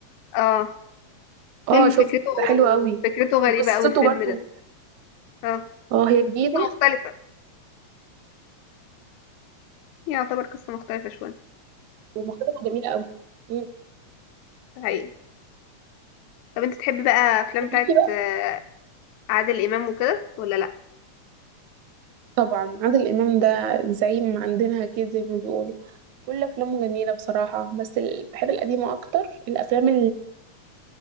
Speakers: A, on the left; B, on the right.
A: اه فيلم
B: اه شفته
A: فكرته
B: ده حلو أوي
A: فكرته غريبة
B: وقصته
A: قوي الفيلم
B: برضو
A: ده اه
B: اه هي جديدة
A: قصة مختلفة يعتبر قصة مختلفة شوية
B: ومقالته جميلة أوي مم.
A: ده حقيقي طب انت تحبي بقى افلام
B: طب
A: بتاعت
B: ليكي بقى
A: آه، عادل امام وكده ولا لا
B: طبعا عادل إمام ده زعيم عندنا كده زي ما بيقولوا كل أفلامه جميلة بصراحة بس ال- بحب القديمة أكتر الأفلام